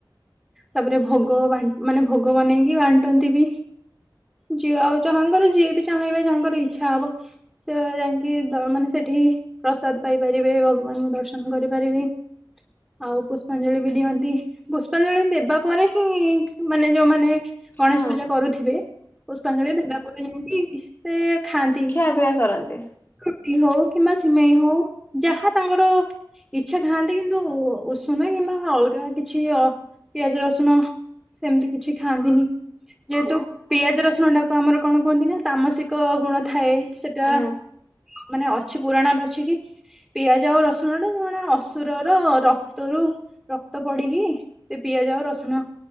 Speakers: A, in the centre; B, on the left.
A: ତାପରେ ଭୋଗ ବାଣ୍ଟ ମାନେ ଭୋଗ ବନେଇକି ବାଣ୍ଟନ୍ତି ବି। ଯି ଆଉ ଯାହାଙ୍କର ଯିଏ ବି ଚାହିଁବେ ଯାହାଙ୍କର ଇଚ୍ଛା ହବ। ସେ ଯାଇକି ଦ ମାନେ ସେଠି ପ୍ରସାଦ ପାଇପାରିବେ, ଭଗବାନଙ୍କୁ ଦର୍ଶନ କରିପାରିବେ। ଆଉ ପୁଷ୍ପାଞ୍ଜଳି ବି ଦିଅନ୍ତି। ପୁ ପାଞ୍ଜଳି ଦେବା ପରେ ହିଁ ମାନେ ଯୋଉମାନେ ଗଣେଶ
B: ହଁ
A: ପୂଜା କରୁଥିବେ। ପୁଷ୍ପାଞ୍ଜଳି ଦେଲା ପରେ ଯାଇଁକି ସେ ଖାଆନ୍ତି।
B: ଖିଆପିଆ କରନ୍ତି।
A: ରୁଟି ହଉ କିମ୍ବା ସିମେଇ ହଉ ଯାହା ତାଙ୍କର ଇଛା ଖାଆନ୍ତି କିନ୍ତୁ ଉସ ନା କିମ୍ବା ଅଲଗା କିଛି ଅ ପିଆଜ ରସୁଣ ସେମିତି କିଛି ଖାଆନ୍ତିନି। ଯେହେତୁ ପିଆଜ ରସୁଣ ଟାକୁ ଆମର କଣ କୁହନ୍ତି ନା ତାମସିକ ଗୁଣ ଥାଏ। ସେଟା
B: ହଁ
A: ମାନେ ଅ କିଛି ପୁରାଣ ରେ ଅଛି କି, ପିଆଜ ଆଉ ରସୁଣ ଟା ଜଣେ ଅସୁରର ର କ୍ତ ରୁ ରକ୍ତ ପଡିକି ସେ ପିଆଜ ଆଉ ରସୁଣ